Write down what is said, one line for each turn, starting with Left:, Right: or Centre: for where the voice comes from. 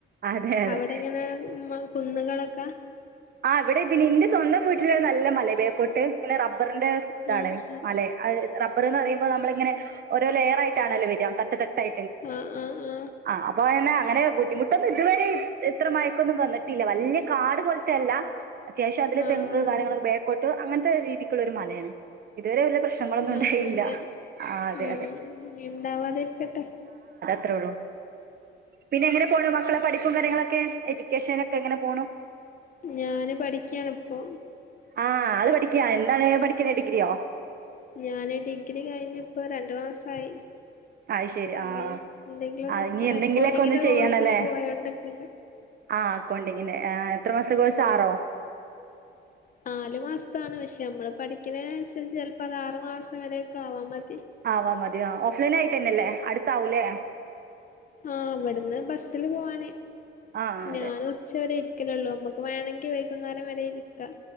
Right: അതെ അതെ
Left: അവിടെങ്ങന <unintelligible> കുന്നുകളൊക്കെ
Right: ആഹ് ഇവിടെ പിന്നെ ഇന്റെ സ്വന്തം വീട്ടില നല്ല മലേ ബാക്കോട്ട് ഇങ്ങനെ റബ റിന്റെ ഇതാണ്
Left: ആഹ്
Right: മല അത് റ റബ്ബർന്ന് നമ്മളിങ്ങനെ ഓരോ ലെയർ ആയിട്ടണല്ലോ വര്യാ തട്ട് തട്ട്
Left: ആഹ് ആഹ് ആഹ്
Right: <inaudible> അങ്ങനെ ബുദ്ധിമുട്ടൊന്നും ഇതുവരെ ഇത്ര ന്നും വന്നിട്ടില്ല വല്ല്യ കാട് പോൽത്തെല്ല <unintelligible>
Left: ആഹ് ആഹ് ആഹ്
Right: അങ്ങൻത്തെ രീതിക്ക്ള്ള ഒരു മലേണ് ഇതുവരെ പ്രശ്നങ്ങളൊന്നും
Left: ആഹ
Right: ഉണ്ടായില്ല
Left: അങ്ങനെ
Right: ആ അതെ
Left: ഉ
Right: അതെ
Left: ഇഞ്ഞ് ഇണ്ടാവാതിരിക്കട്ടെ
Right: അത്രൊള്ളൂ പിന്നെ എങ്ങനെ പോണ് മക്കള പഠിപ്പും കാര്യങ്ങളൊക്കെ വെക്കേഷനൊക്കെ എങ്ങനെ പോണു
Left: ഞാന് പഠിക്കാണിപ്പോ
Right: ആഹ് ആള് പഠിക്ക്യ എന്താണ് പഠിക്കുന്നെ ഡിഗ്രിയോ?
Left: ഞാന് ഡിഗ്രി കഴിഞ്ഞ് ഇപ്പോ രണ്ടു മാസായി
Right: അത് ശരി ആ
Left: ഇനി എന്തെങ്കിലും
Right: ആ
Left: നോക്കണം
Right: ഇനി എന്തെങ്കിലൊക്കെ
Left: അക്കൗണ്ടിങ്ങിന്റെ
Right: ഒന്ന് ചെയ്യണല്ലേ
Left: കോഴ്സിന് പോയോണ്ടക്കെ
Right: ആ ആക്കൗണ്ടിങ്ങിന്റെ ആ എത്രമാസകോഴ്സാ ആറോ?
Left: നാലു മാസ്ത്താണ് പക്ഷെ നമ്മള് പഠിക്ക്ണേനന്സരിച്ച് ചിലപ്പോ അതാറു മാസം വരൊക്കെ ആവാ മത്
Right: ആവാ മതി ഓഫ്‌ലൈൻ ആയിട്ടന്നെല്ലേ അടുത്താവൂലേ?
Left: ആഹ് ഇവിടുന്ന് ബസ്സില് പോവാന്
Right: ആ
Left: ഞാൻ
Right: അതെ
Left: ഉച്ചവരെ ഇരി ക്കണുള്ളൂ നമ്മക്ക് വേണെങ്കി വൈകുന്നേരം വരെ ഇരിക്കാം